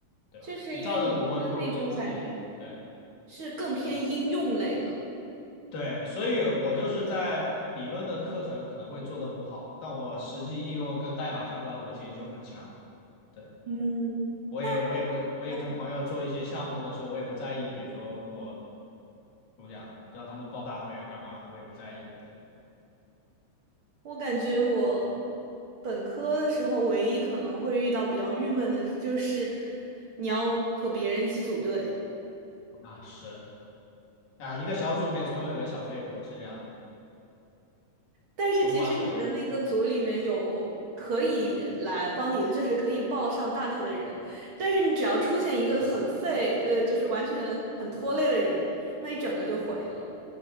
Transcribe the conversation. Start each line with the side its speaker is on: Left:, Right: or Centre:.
Left: 对吧？
Right: 就是因为你的那种感觉
Left: 你照着读，不如你就自己对
Right: 是更偏应用类的。
Left: 是。对，所以我就是在理论的课程可能会做的不好，但我实际应用跟代码相关，我其实就很强。对。
Right: 嗯，
Left: 我也我也不我也跟朋友做一些项目的时候，
Right: 还挺好的。
Left: 我也不在意，比如说我怎么讲，让他们抱大腿啊干嘛的，我也不在意。对
Right: 我感觉我本科的时候，唯一可能会遇到比较郁闷的，就是你要和别人一起组队。
Left: 啊，是啊，一个小组里面总有一个小废物是这样的，
Right: 但是即使你的那个组里面有可以来帮你，
Left: 纯划水的。
Right: 就是可以抱上大腿的人，但是你只要出现一个很废，呃，就是完全很拖累的人，那一整个就毁了。